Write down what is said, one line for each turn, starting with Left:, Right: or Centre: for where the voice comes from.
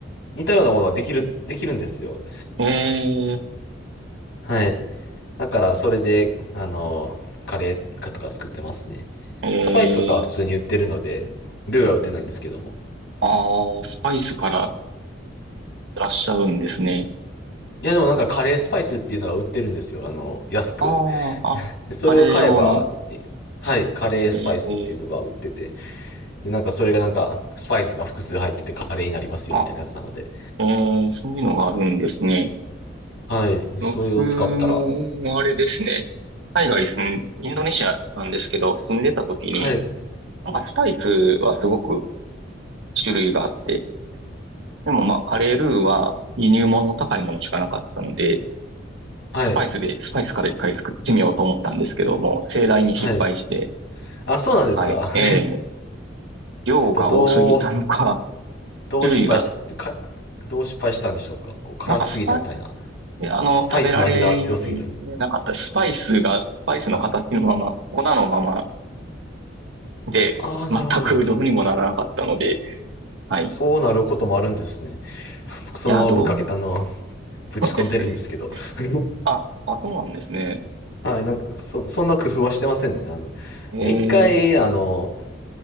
Left: 似たようなものができる、できるんですよ。
Right: え
Left: はい。だからそれで、あの、カレーとか作ってますね。
Right: ー、えー
Left: スパイスとかは普通に売ってるので、ルーは売ってないんですけども。
Right: ああ、スパイスからいらっしゃるんですね。
Left: いや、でもなんかカレースパイスっていうのが売ってるんですよ。あの、安く。
Right: ああ、あ、
Left: で、それを買えば、
Right: カレー用の。
Left: えはい、カレースパイスっていうのが売ってて。
Right: えー、
Left: で、なんかそれがなんか、スパイスが複数入っててカレーになりますよ、
Right: あ、
Left: みたいなやつなので。
Right: えー、そういうのがあるんですね。
Left: はい。で、
Right: 僕も、
Left: それを使ったら、
Right: あれですね。海外住ん、インドネシアなんですけど、住んでた時に、
Left: はい、
Right: なんかスパイスはすごく種類があって、でもまあ、カレールーは輸入物の高いものしかなかったので、
Left: はい、
Right: スパイスで、スパイスから一回作ってみようと思ったんですけども、盛大に失敗して、
Left: はい。あ、そうなんですが。
Right: はい、えー、
Left: <laughs>
Right: 量が多すぎたのか、
Left: えっと、どう、どう失敗した、
Right: 種類が、
Left: か、どう失敗したんでしょうか。こう、辛すぎたみたいな。
Right: なんかスパ、いやあの、
Left: スパイスの味が強すぎたみたい
Right: 食べられなかった。スパイスが、スパイスの形のまま、
Left: な。
Right: 粉のままで、
Left: ああー、
Right: 全くどうにもならなかったので、
Left: なるほど。
Right: はい。
Left: そうなることもあるんですね。
Right: い
Left: 僕、そのままぶっかけ、
Right: や、ど
Left: あの、ぶち込んでるんですけど。
Right: うですね。
Left: <laughs>
Right: あ、あ、そうなんですね。
Left: はい、なんか、そ、そんな工夫はしてませんね。あの、
Right: え
Left: 一回、
Right: ー、
Left: あの、